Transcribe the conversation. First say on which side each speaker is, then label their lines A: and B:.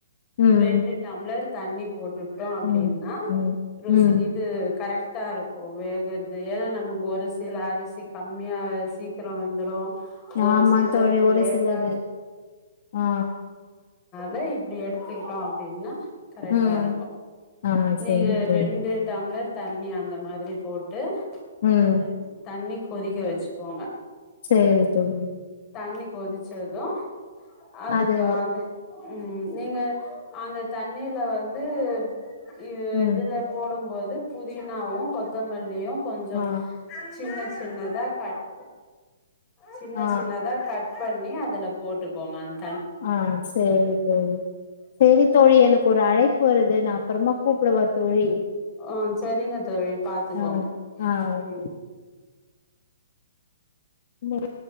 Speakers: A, on the left; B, on the left.
A: ம்
B: ரெண்டு டம்ளரு தண்ணி டுட்டோ அப்டின்னா
A: ம் ம்
B: ருசி
A: ம்
B: இது கரெக் டா இருக்கு வேகறது ஏனா நமக்கு ஒரு சில அரிசி கம்மியா சீக்கரோ வெந்துரு ஒரு
A: ஆமா
B: சிலது
A: தோழி, ஒரு
B: லேட்டா
A: சிலது, ஆ
B: ல இப்டி எடுத்துக்கிட்டோ அப்டின்னா கரெக்ட்டா
A: ம்
B: இரு
A: ஆ
B: நீங்க
A: சரி தோழி
B: ரெண்டு ட டம்ளர் தண்ணி அந்த மாதிரி போட்டு
A: ம்
B: அ தண்ணி கொதிக்க வச்சிக்கோங்க
A: சரி தோழி
B: தண்ணி கொதிச்சது அதுக்கு
A: அது
B: அந்த ம் நீங்க அந்த தண்ணில வந் து இது
A: ம்
B: இதுல போடும்போது புதினாவு கொத்தமல்லியு கொஞ்சோ
A: ஆ
B: சின்னச் சின்னதா கட் சின்னச்
A: ஆ
B: சின்னதா கட் பண்ணி அதுல போட்டுக்கோங்க அந்
A: அஹ் சேரி தோழி சேரி தோழி எனக் கோரு அழைப் அழைப்பு வருது நா அப்புறமா கூப்டவா தோழி
B: ஆ சரிங்க தோழி பாத்துக்கோங்க
A: அஹ் அஹ் ஓகே
B: ம்
A: இன்னொரு